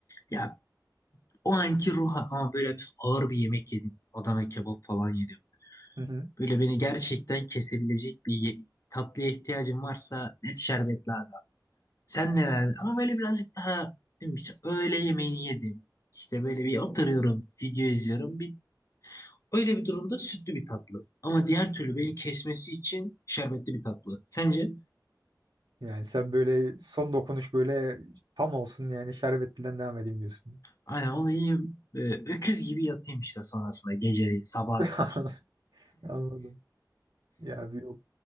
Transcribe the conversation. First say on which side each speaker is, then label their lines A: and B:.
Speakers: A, on the left; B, on the right.
A: Ya o anki ruh ama böyle bir ağır bir yemek yedim. Adana kebap falan yedim.
B: Hı hı.
A: Böyle beni gerçekten kesebilecek bir ye- tatlıya ihtiyacım varsa net şerbet lazım. Sen neler? Ama böyle birazcık daha değil mi? İşte öğle yemeğini yedim. İşte böyle bir oturuyorum, video izliyorum. Bir, öyle bir durumda sütlü bir tatlı. Ama diğer türlü
B: Hmm.
A: beni kesmesi için şerbetli bir tatlı. Sence?
B: Yani sen böyle son dokunuş böyle tam olsun yani şerbetliden devam edeyim diyorsun.
A: Aynen onu yiyeyim. e, öküz gibi yatayım işte sonrasında geceleri sabaha
B: <laughs>
A: kadar.
B: Anladım. Ya abi yok.